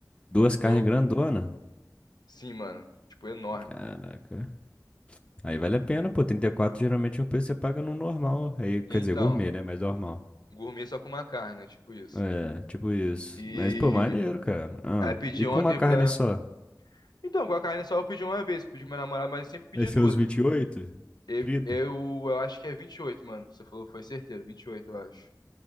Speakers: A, on the left; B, on the left.
A: Duas carnes
B: Eu,
A: grandona.
B: sim, mano. Tipo, enorme.
A: Caraca. Aí vale a pena, pô. 34 geralmente é o preço que você paga no normal. Aí, quer
B: Então,
A: dizer, gourmet, né? Mas normal.
B: gourmet só com uma carne, né? Tipo isso.
A: É, tipo isso.
B: E
A: Mas, pô, maneiro, cara. Ah.
B: aí pedi
A: E
B: ontem
A: com uma carne
B: pra.
A: só?
B: Então, com a carne só eu pedi uma vez, que eu pedi com minha namorada, mas eu sempre pedi
A: É seus
B: duas, né?
A: 28?
B: Eu,
A: 30?
B: eu, eu acho que é 28 mano. Você falou, foi certeiro, 28 eu acho.